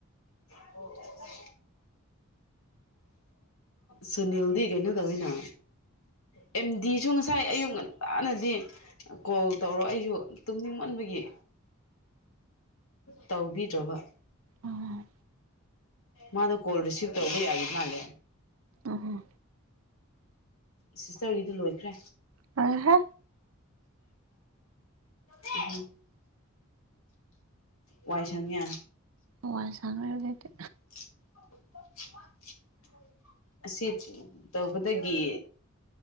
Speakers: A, on the left; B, on the right.
A: ꯍ ꯇ ꯁꯅꯤꯜꯗꯤ ꯀꯩꯅꯩꯅꯣ ꯀꯋꯅ ꯑꯦꯝ ꯗꯤꯁꯨ ꯉꯁꯥꯏ ꯑꯌꯨꯛ ꯉꯟꯇꯥꯅꯗꯤ ꯀꯣꯜ ꯇꯧꯔꯣ ꯑꯩꯁꯨ ꯇꯨꯝꯅꯤꯡ ꯑꯣꯟꯕꯒꯤ ꯇꯧꯕꯤꯗ꯭ꯔꯕ
B: ꯎꯝ
A: ꯃꯥꯗꯣ ꯀꯣꯜ ꯔꯤꯁꯤꯚ ꯇꯧꯕ ꯌꯥꯏ ꯃꯥꯜꯂꯦ
B: ꯎꯝ
A: ꯁꯤꯁꯇꯔꯒꯤꯗꯤ ꯂꯣꯏꯈ꯭ꯔꯦ
B: ꯂꯣꯏꯔꯦꯍꯦ
A: ꯇꯦ ꯎ ꯋꯥꯏꯁꯡꯉꯦ
B: ꯋꯥꯏ ꯁꯪꯒꯦ ꯍꯧꯖꯤꯛꯇꯤ
A: <inaudible> ꯑꯁꯤ ꯇꯧꯕꯗꯒꯤ